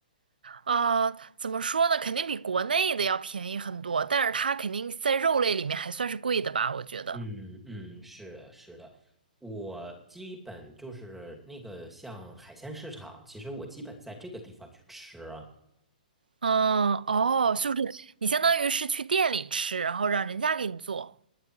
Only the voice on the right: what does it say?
啊，怎么说呢？肯定比国内的要便宜很多，但是它肯定在肉类里面还算是贵的吧，我觉得。
嗯，哦，就是 <laughs> 你相当于是去店里吃，然后让人家给你做。